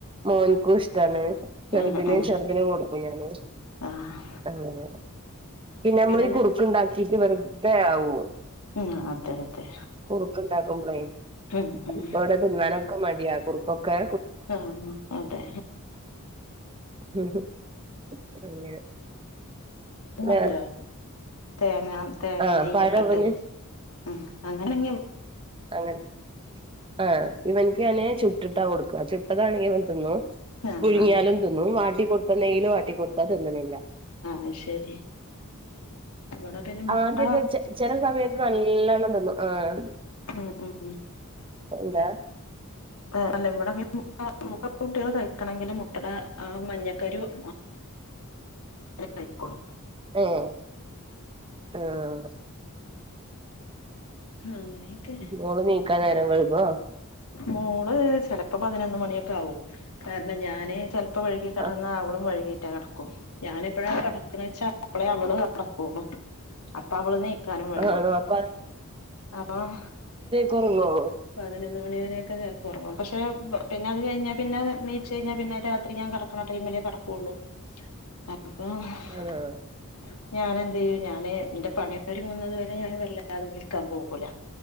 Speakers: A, on the right; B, on the left.
A: മോൻക്കും ഇഷ്ടാണ് ചെറുതിന്
B: ആഹ് ആഹ്
A: ചെറുതിന് കൊടുക്കും ഞാന്
B: ആഹ്
A: അങ്ങനെ പിന്നെ ഞമ്മള്
B: ണത്
A: ഈ കുറുക്ക് ഉണ്ടാക്കീട്ട് വെറുതെ ആവും
B: ഉം അതെ അതെ
A: കുറുക്ക് ഉണ്ടാക്കുമ്പളേ
B: ഉം ഉം
A: ഇപ്പ തിന്നാനൊക്കെ മടിയാ കുറക്കൊക്കെ
B: ആഹ് അതെ
A: മം അങ്ങനെ
B: വെള്ളത്തിലോ
A: വേറെ
B: തേങ്ങ, തേങ്ങയും
A: ആഹ്
B: നെയ്യ്
A: പഴവന്
B: ഒക്കെ ഇട്ട്. ഉം അങ്ങനെണെങ്കി
A: അങ്ങൻ ആഹ് ഇവൻക്കാണെ ചുട്ടിട്ടാ കൊട്ക്ക് ചുട്ടതാണെങ്കി ഇവൻ തിന്നും.
B: ആഹ്
A: പുഴുങ്ങിയാലും
B: ആഹ്
A: തിന്നും. വാട്ടി കൊടുത്ത നെയ്യില് വാട്ടി കൊടുത്ത തിന്ന്ണില്ല.
B: അഹ് ശെരി, ഇവിടെ പിന്നെ മുട്ട
A: ആദ്യൊക്കെ ചെ ചെല സമയത്ത് നല്ലോണം തിന്നും. ആഹ്,
B: മ് മ്
A: എന്താ?
B: ആഹ്, അല്ല ഇവിടെ പിന്നെ മുട്ട മുട്ട കുട്ടിയള് കഴിക്കണെങ്കിൽ മുട്ടടെ ആ മഞ്ഞക്കരുവ് ഉം കയ്ക്കും.
A: ഏഹ്, ആഹ്
B: അങ്ങനെയൊക്കെ
A: മോള് നീക്കാൻ നേരം വെയ്കോ?
B: മോള് ചെലപ്പോ പതിനൊന്ന് മണിയൊക്കെ ആവും. കാരണം ഞാന് ചെൽപ്പ വെയികി കെടന്ന
A: ആഹ്
B: അവളും വൈകീട്ടാ കെടക്കൂ. ഞാനെപ്പളാ കെടക്ക്ണെ വെച്ചാ അപ്പളേ അവള് കെടക്കുള്ളു. അപ്പ അവള് നീക്കാനും വൈകും.
A: ആണോ പ
B: അപ്പം
A: കൊറയോ?
B: പതിനൊന്ന് മണി വരെയൊക്കെ ചേലെപ്പൊറങ്ങും. പക്ഷേ, പിന്നെ അത് കഴിഞ്ഞാ പിന്ന നീച്ചഴിഞ്ഞാൽ പിന്നെ രാത്രി ഞാൻ കട ക്കണ ടൈമ്ലേ കടക്കുള്ളൂ. <unintelligible>
A: ആണോ
B: ഞാനെന്തെയ്യും ഞാന് എന്റെ പണി ഒന്നൊരുങ്ങന്നത് വരെ ഞാൻ വല്ലാതെ വിളിക്കാൻ പോകൂല.